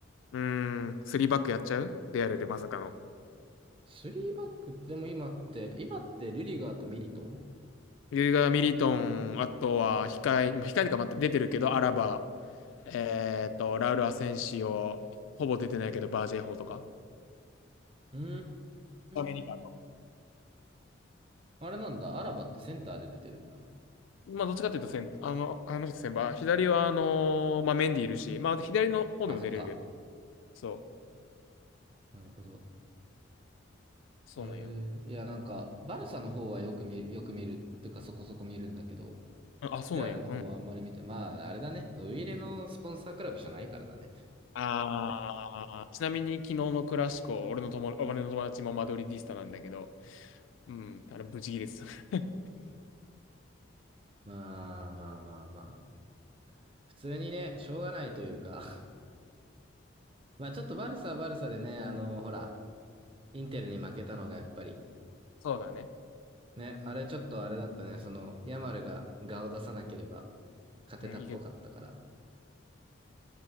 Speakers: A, on the left; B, on the right.
A: うーん、スリーバックやっちゃうレアルでまさかの。
B: スリーバック、でも今って、今ってリュディガーとミリトン
A: ユーガー・ミリトン、あとは控え、控えとかまた出てるけど、アラバ、えっと、ラウル・アセンシオ、ほぼ出てないけど、バージェイホーとか。
B: うー
A: アメリカと。
B: ん。あれなんだ、アラバってセンターで出てるんだ。
A: まあ、どっちかっていうと先、あの、あの人先輩、左は、あのーまあ、メンディいるし、まあ、左の方でも出れるけど、
B: あ、そっか。
A: そう、
B: なるほど。
A: そうなんよ。
B: えー、いや、なんか、バルサの方はよく見、よく見るとかそこそこ見るんだけど、
A: あ、あそうなんや。
B: レアルの方はあんまり見て、
A: うん。
B: まあ、あれだね。ウイイレのスポンサークラブじゃないからだね。
A: ああ、ちなみに、昨日のクラシコ、俺の友、俺の友達もマドリディスタなんだけど、うん、あれ、ブチギレてた。<laughs>
B: まあまあまあまあ。普通にね、しょうがないというかまあちょっとバルサはバルサでね、あの、ほら、インテルに負けたのがやっぱり、
A: そうだね。
B: ね、あれちょっとあれだったね、その、ヤマルが顔を出さなければ勝てたっぽかったから、
A: うん、いけ